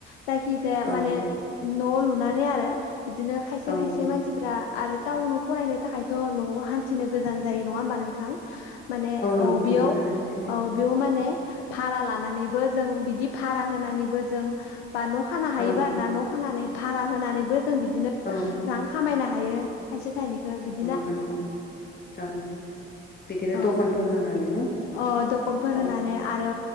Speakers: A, on the left (about 75°); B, on the left (about 30°).
A: जायखिजाया
B: औ
A: माने न' लुनानै आरो बिदिनो खायसे
B: औ
A: खायसे मानसिफ्रा आरो टाउनाव फरायनो थाखाय थ' न'आव हान्थिनो गोजान जायो नङा होमबा नोंथां माने
B: नंगौ
A: औ बेयाव
B: नोंथां थारैनो सैथो
A: औ बेयाव माने भारा लानानैबो जों बिदि भारा होनानैबो जों बा न' खानो हायोबा
B: औ
A: आरो ना न' खानानै भारा होनानैबो जों बिदिनो
B: औ
A: रां खामायनो हायो। थाइसे थाइनैखो बिदि
B: थ'नंगौ औ बिदिनो
A: औ
B: दखानफोर होनानै न'।
A: अ दखानफोर होनानै
B: औ
A: आरो